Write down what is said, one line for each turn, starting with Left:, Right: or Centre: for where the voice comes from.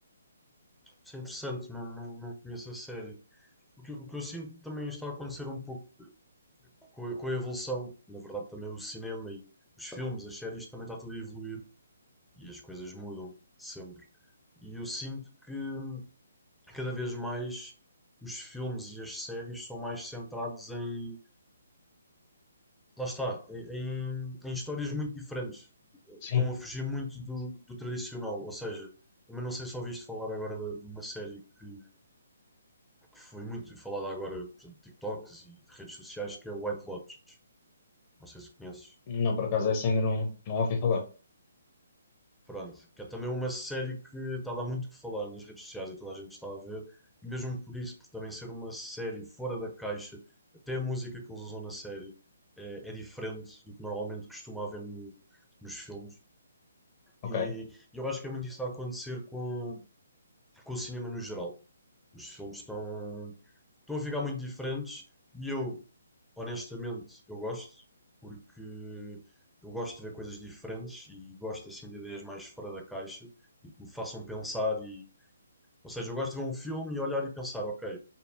Centre: Isso é interessante, não, não, não conheço a série. O que, o que eu sinto que também está a acontecer um pouco com a, com a evolução, na verdade, também o cinema e os filmes, as séries, também está tudo a evoluir e as coisas mudam sempre. E eu sinto que hum, cada vez mais os filmes e as séries são mais centrados em, lá está, em, em histórias muito diferentes.
Left: Sim,
Centre: Estão a fugir muito do, do tradicional. Ou seja, também não sei se ouviste falar agora de, de uma série que, que foi muito falada agora, por exemplo, TikToks e redes sociais, que é White Lotus. Não sei se conheces.
Left: não, por acaso essa ainda não, não ouvi falar.
Centre: Pronto, que é também uma série que está a dar muito o que falar nas redes sociais e toda a gente está a ver, e mesmo por isso, por também ser uma série fora da caixa, até a música que eles usam na série é, é diferente do que normalmente costuma haver no- nos filmes.
Left: Ok,
Centre: E eu acho que é muito isso a acontecer com, com o cinema no geral. Os filmes estão, estão a ficar muito diferentes e eu, honestamente, eu gosto, porque eu gosto de ver coisas diferentes e gosto assim de ideias mais fora da caixa e que me façam pensar e, ou seja, eu gosto de ver um filme e olhar e pensar, ok,